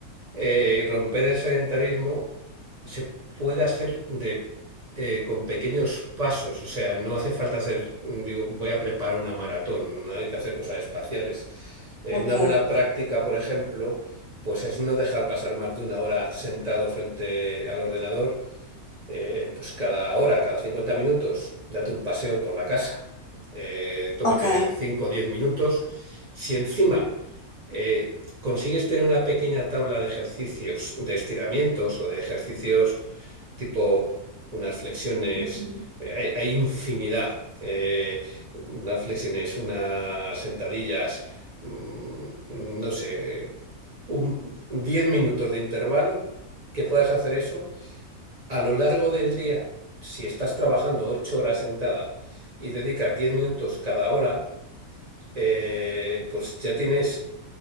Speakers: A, on the right; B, on the left.
A: Eh, romper el sedentarismo se puede hacer de, eh, con pequeños pasos, o sea, no hace falta hacer, digo, voy a preparar una maratón, no hay que hacer cosas espaciales. Eh,
B: Ok,
A: una buena práctica, por ejemplo, pues es no dejar pasar más de una hora sentado frente al ordenador eh, pues cada hora, cada 50 minutos, date un paseo por la casa, eh, tómate
B: ok.
A: 5 o 10 minutos. Si encima eh, consigues tener una pequeña tabla de ejercicios, de estiramientos o de ejercicios tipo unas flexiones,
B: ujú,
A: eh, hay, hay infinidad, eh, unas flexiones, unas sentadillas, mm, no sé, un, 10 minutos de intervalo, que puedas hacer eso. A lo largo del día, si estás trabajando ocho horas sentada y dedicas 10 minutos cada hora, eh, pues ya tienes